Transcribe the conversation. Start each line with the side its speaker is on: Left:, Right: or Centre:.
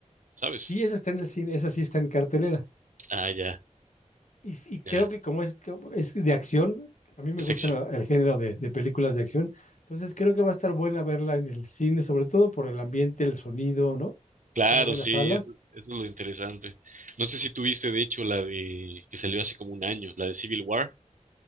Right: ¿sabes?
Left: Sí, esa está en el cine, esa sí está en cartelera.
Right: Ah, ya,
Left: Y, s- y creo
Right: ya.
Left: que como es, como es de acción, a mí me
Right: Es
Left: gusta
Right: acción.
Left: la- el género de, de películas de acción, entonces creo que va a estar buena verla en el cine, sobre todo por el ambiente, el sonido, ¿no?
Right: Claro,
Left: Una buena
Right: sí,
Left: sala,
Right: eso es, eso es lo interesante. No sé si tuviste, de hecho, la de que salió hace como un año, la de Civil War.